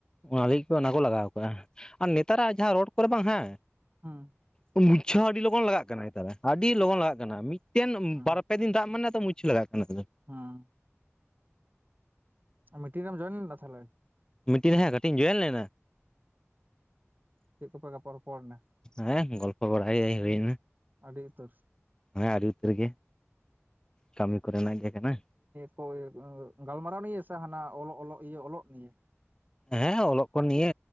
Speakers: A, on the left; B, on the right.
A: ᱚᱱᱟ ᱞᱟᱹᱜᱤᱫ ᱚᱱᱟ ᱠᱚ ᱞᱟᱜᱟᱣ ᱠᱟᱜᱼᱟ ᱟᱨ ᱱᱮᱛᱟᱨᱟᱜ ᱡᱟᱦᱟᱸ ᱨᱳᱰ ᱠᱚᱨᱮ ᱵᱟᱝ ᱦᱮᱸ
B: ᱦᱩᱸ
A: ᱢᱩᱨᱪᱷᱟ ᱦᱚ ᱟᱹᱰᱤ ᱞᱚ ᱞᱚᱜᱚᱱ ᱞᱟᱜᱟᱜ ᱠᱟᱱᱟ ᱱᱮᱭᱟᱨ ᱟᱹᱰᱤ ᱞᱚᱜᱚᱱ ᱞᱟᱜᱟᱜ ᱠᱟᱱᱟ ᱢᱤᱫᱴᱮᱱ
B: ᱦᱩᱸ
A: ᱵᱟᱨᱯᱮ ᱫᱤᱱ ᱫᱟᱜ ᱢᱟᱱᱮ ᱛᱚ ᱢᱩᱨᱪᱟ ᱞᱟᱜᱟᱜ ᱠᱟᱱᱟ ᱟᱫᱚ᱾
B: ᱦᱮᱸ᱾ ᱢᱤᱴᱤᱝ ᱨᱮᱢ ᱡᱚᱭᱮᱱ ᱞᱮᱫᱟ ᱛᱟᱦᱚᱞᱮ?
A: ᱢᱤᱴᱤᱱ ᱨᱮ ᱦᱟᱸᱜ ᱠᱟᱹᱴᱤᱡ ᱤᱧ ᱡᱚᱭᱮᱞ ᱞᱮᱱᱟ᱾
B: ᱪᱮᱫ ᱠᱚᱯᱮ ᱜᱟᱯᱟ ᱨᱚᱯᱚᱲ ᱮᱱᱟ
A: ᱦᱮᱸ ᱜᱚᱞᱯᱚ ᱵᱟᱲᱟ ᱦᱩᱭᱱᱟ᱾
B: ᱟᱹᱰᱤ ᱩᱛᱟᱹᱨ᱾
A: ᱦᱮᱸ ᱟᱹᱰᱤ ᱩᱛᱟᱹᱨ ᱜᱮ ᱠᱟᱹᱢᱤ ᱠᱚᱨᱮᱱᱟᱜ ᱜᱮ ᱠᱟᱱᱟ᱾
B: ᱦᱳᱭ ᱜᱟᱞᱢᱟᱨᱟᱣ ᱱᱤᱭᱮ ᱥᱮ ᱦᱟᱸᱱᱟ ᱚᱞᱚ ᱚᱞᱚᱜ? ᱤᱭᱟᱹ ᱚᱞᱚᱜ ᱱᱤᱭᱮ
A: ᱦᱮᱸ ᱚᱞᱚᱜ ᱠᱚ ᱱᱤᱭᱮ